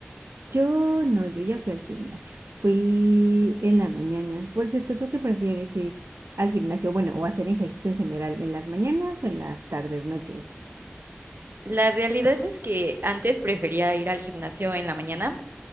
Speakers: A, on the right (about 70°); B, on the right (about 55°).
A: Yo no, yo ya fui al gimnasio. Fui en la mañana. Por cierto, ¿tú qué prefieres ir al gimnasio? Bueno, o hacer ejercicio en general, ¿en las mañanas o en las tardes, noches?
B: La realidad es que antes prefería ir al gimnasio en la mañana,